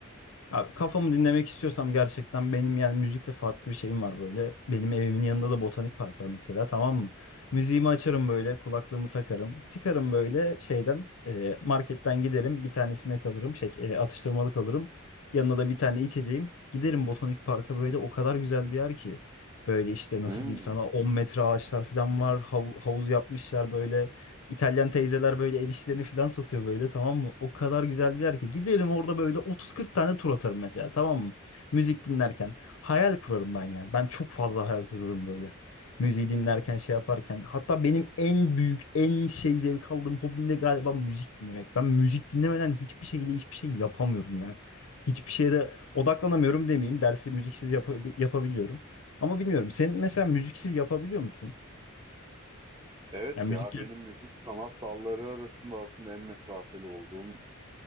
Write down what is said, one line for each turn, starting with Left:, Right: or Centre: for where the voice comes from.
Left: Abi kafamı dinlemek istiyorsam gerçekten benim yani müzikle farklı bir şeyim var böyle. Benim evimin yanında da botanik park var mesela tamam mı? Müziğimi açarım böyle kulaklığımı takarım. Çıkarım böyle şeyden e, marketten giderim bir tanesine kalırım şey e, atıştırmalık alırım. Yanına da bir tane içeceğim. Giderim botanik parka böyle o kadar güzel bir yer ki. Böyle işte nasıl
Right: Hmm.
Left: diyeyim sana 10 metre ağaçlar falan var. hav- havuz yapmışlar böyle. İtalyan teyzeler böyle el işlerini falan satıyor böyle tamam mı? O kadar güzel bir yer ki. Giderim orada böyle 30-40 tane tur atarım mesela tamam mı? Müzik dinlerken. Hayal kurarım ben ya. Ben çok fazla hayal kuruyorum böyle. Müziği dinlerken şey yaparken. Hatta benim en büyük en şey zevk aldığım hobim de galiba müzik dinlemek. Ben müzik dinlemeden hiçbir şekilde hiçbir şey yapamıyorum ya. Hiçbir şeye de odaklanamıyorum demeyeyim. Dersi müziksiz yapa- yapabiliyorum. Ama bilmiyorum. Sen mesela müziksiz yapabiliyor musun?
Right: Evet
Left: Yani
Right: ya
Left: müzik...
Right: benim müzik sanat dalları arasında aslında en mesafeli olduğum